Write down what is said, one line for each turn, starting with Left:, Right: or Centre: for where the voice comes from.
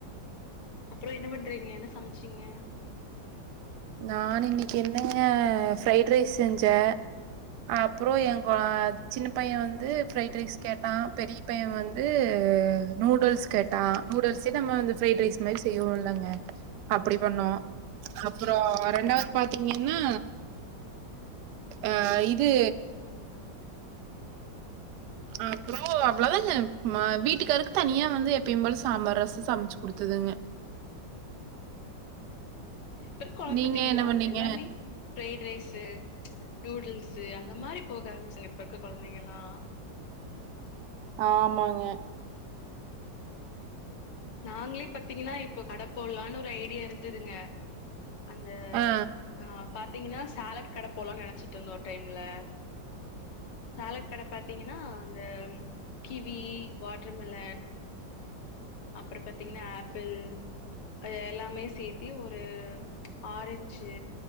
Left: அப்ரோ என்ன பண்றீங்க என்ன சமச்சீங்க
Right: நானு இன்னிக்கு என்னங்க ஃரைட்டு ரைஸ் செஞ்சே அப்புரோ எங்க சின்ன பைய வந்து பிரஃரைட் ரைஸ் கேட்டா பெரிய பைய வந்து நூடுல்ஸ் கேட்டா நூடுல்ஸே நம்ம வந்து பிரைட் மாரி செய்வோ இல்லங்க அப்டி பண்ணோ அப்புரோ ரெண்டாவது பாத்தீங்கனா ஆ இது அப்புரோ அவ்வள தாங்க ம வீட்டுக்காருக்கு தனியா வந்து எப்பியு போல சாம்பார் ரசோ சமைச்சு குடுத்துதுங்க
Left: இப்ப இருக்கோ கொழந்த
Right: நீங்க
Left: பாத்தீங்களா
Right: என்ன பண்ணீங்க?
Left: எல்லாமே ஃரைட் ரைஸ்சு நூடுல்ஸ்சு அந்த மாரி போக ஆரம்பிச்சாங்க இப்ப இருக்க கொழந்தைங்களா
Right: ஆமாங்க
Left: நாங்களே பாத்தீங்கன்னா இப்போ கட போடலான்னு ஒரு ஐடியா இருந்ததுங்க அந்த
Right: ஆ
Left: அ பாத்தீங்கன்னா சாலட் கட போடுலானு நெனச்சிட்டு இருந்தோ ஒரு டைம்ல சாலட்க்கடே பாத்தீங்கன்னா அந்த கிவி வாட்டர்மெலன் அப்புர பாத்தீங்கன்னா ஆப்பிள் அது எல்லாமே சேத்தி ஒரு ஆரஞ்சு